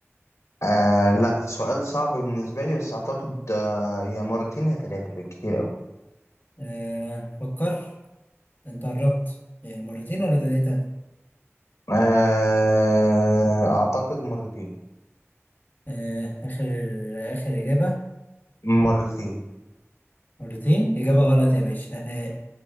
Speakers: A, on the left; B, on the left.
A: آه لا سؤال صعب بالنسبة لي بس أعتقد آه يا مرتين يا ثلاثة بالكتير أوي
B: آه فكر انت قربت آه، مرتين ولا ثلاثة
A: آه، أعتقد مرتين
B: آه آخر آخر إجابة
A: مرتين
B: مرتين إجابة غلط يا باشا <laughs>